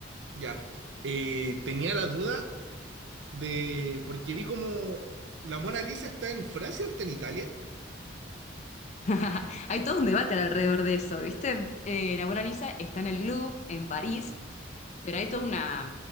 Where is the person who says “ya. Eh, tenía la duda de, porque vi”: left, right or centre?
Right